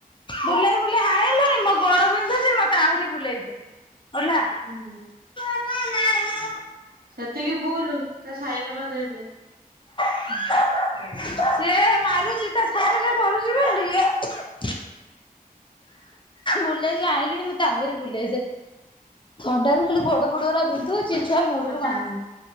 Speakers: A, on the left; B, on the right.
A: ବୁଲେଇ ବୁଲେଇ ଆଇିଲୁଣି ମୋ ଗୋଡ ବିନ୍ଧୁଛି ମତେ ଆହୁରି ବୁଲେଇଛି। ଓଲା।
B: ହୁଁ।
A: ମ ମା।
B: ସେତିକି ବୁଲୁ ସେ ସାଇକେଲ ଦେଇଦେ।
A: ସେ ମାରୁଛି ତା ସାଇକେଲ ଧରୁଛି ଟିକେ ବୁଲେଇକି ଆଣିଲିଣି ମୁଁ ତାହୁରି ବୁଲେଇଛେ ଥଣ୍ଡାରୁ ଖାଲି ଗୋଡ। ମୋଡା ବିନ୍ଧୁଛି ଛୁଆ ମୋଡରୁ
B: ତା
A: ମାନୁ